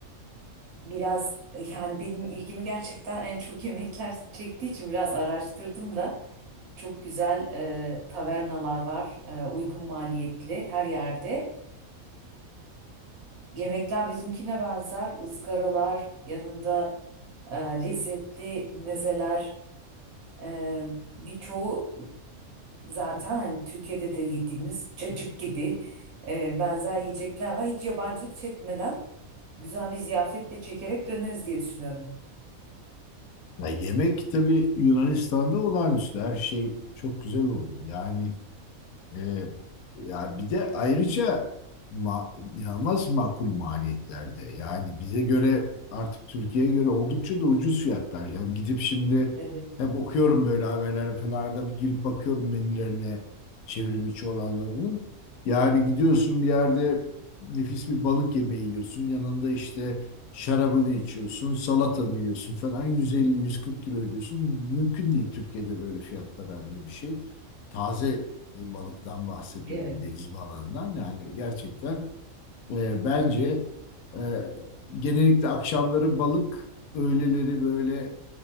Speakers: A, on the right; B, on the left.
A: Biraz yani benim ilgimi gerçekten en çok yemekler çektiği için biraz araştırdım da çok güzel e, tavernalar var. E, uygun maliyetli her yerde. Yemekler bizimkine benzer. ızgaralar, yanında e, lezzetli mezeler. e, birçoğu zaten hani Türkiye'de de yediğimiz cacık gibi e, benzer yiyecekler var. Hiç yabancılık çekmeden güzel bir ziyafetle çekerek döneriz diye düşünüyorum.
B: Ya yemek tabii Yunanistan'da olağanüstü her şey çok güzel oluyor. Yani Ee, ya bir de ayrıca ma inanılmaz makul maliyetlerde. Yani bize göre artık Türkiye'ye göre oldukça da ucuz fiyatlar. Yani gidip şimdi
A: Evet,
B: hep okuyorum böyle haberler falan arada bir girip bakıyorum menülerine çevrim içi olanlarının. Yani gidiyorsun bir yerde nefis bir balık yemeği yiyorsun. Yanında işte şarabını içiyorsun, salatanı yiyorsun falan yüz elli yüz kırk kilo ödüyorsun. Mümkün değil Türkiye'de böyle fiyatlara öyle bir şey taze balıktan bahsediyorum,
A: evet.
B: deniz balıklarından Yani gerçekten e, bence e, genellikle akşamları balık, öğleleri böyle